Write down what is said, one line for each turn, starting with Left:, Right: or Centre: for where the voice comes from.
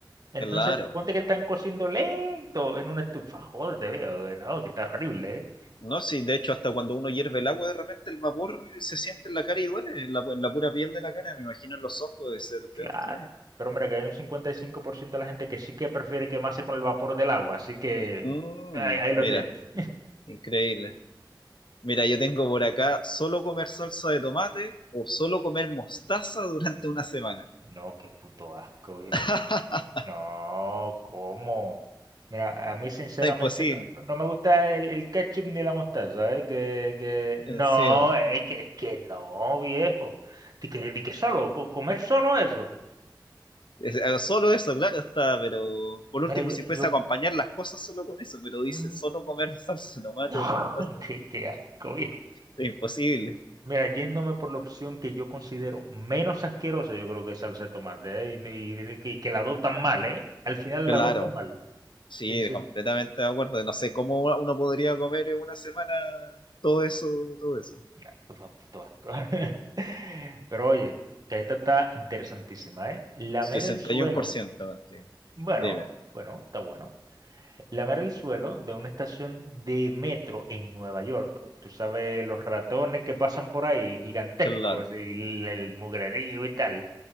Right: Entonces,
Left: claro.
Right: ponte que están cociendo lento en una estufa, joder, te veo, no, que está horrible, ¿eh?
Left: No, sí, de hecho, hasta cuando uno hierve el agua, de repente el vapor se siente en la cara y duele, en la, en la pura piel de la cara. Me imagino en los ojos de ser
Right: Claro.
Left: peor todavía.
Right: Pero mira que hay un 55% de la gente que sí que prefiere quemarse con el vapor del agua, así que
Left: Mm,
Right: ahí, ahí lo
Left: mira,
Right: tienes.
Left: increíble. Mira, yo tengo por acá solo comer salsa de tomate o solo comer mostaza durante una semana.
Right: No, qué puto asco,
Left: <laughs>
Right: viejo,
Left: Está
Right: bro. No, ¿cómo? Mira, a mí sinceramente
Left: imposible.
Right: no, no- no me gusta el, el ketchup ni la mostaza, ¿eh? Que, que no,
Left: Encima.
Right: es que, es que no, viejo. Di que, di que solo, co- comer solo eso.
Left: Es- eh, Solo eso, claro, está, pero por
Right: Mira,
Left: último,
Right: yo,
Left: si fuese
Right: yo,
Left: a acompañar las cosas solo con eso, pero dice
Right: mm,
Left: solo comer <laughs> salsa de tomate
Right: No,
Left: o mostaza,
Right: <laughs> qué, qué asco, viejo.
Left: es imposible.
Right: Mira, yéndome por la opción que yo considero menos asquerosa, yo creo que es salsa de tomate, ¿eh? Y, y- y que, que las dos tan mal, ¿eh? Al final
Left: Claro,
Right: las dos están mal.
Left: sí,
Right: Entonces,
Left: completamente de acuerdo. No sé cómo uno podría comer en una semana todo eso, todo eso.
Right: nah, pues, fue un puto asco. <laughs> Pero oye, que esta está interesantísima, ¿eh? Lamer
Left: sesenta
Right: el suelo,
Left: y uno por ciento contigo.
Right: bueno,
Left: Dime,
Right: bueno, está bueno. Lamer el suelo de una estación de metro en Nueva York. Tú sabes, los ratones que pasan por ahí, gigantescos,
Left: claro.
Right: y el, el mugrerío y tal.